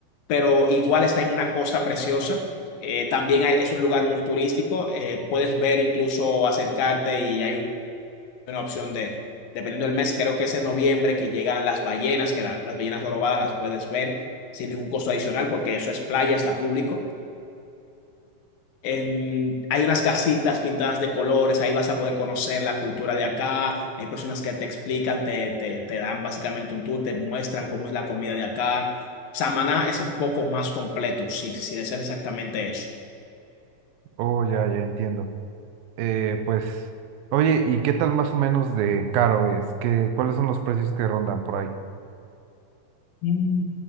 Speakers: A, on the left; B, on the right.
A: pero igual está en una costa preciosa. Eh, también hay- es un lugar muy turístico, eh, puedes ver incluso acercarte y hay una opción de, dependiendo del mes, creo que es en noviembre que llegan las ballenas, que la- las ballenas jorobadas las puedes ver sin ningún costo adicional, porque eso es playa, está público. Em, hay unas casitas pintadas de colores, ahí vas a poder conocer la cultura de acá, hay personas que te explican, te, te, te dan básicamente un tour, te muestran cómo es la comida de acá. Samaná es un poco más completo, si, si deseas exactamente eso.
B: Oh, ya, ya entiendo. Eh, pues, oye, ¿y qué tal más o menos de caro es? ¿Qué, cuáles son los precios que rondan por ahí?
A: Mm,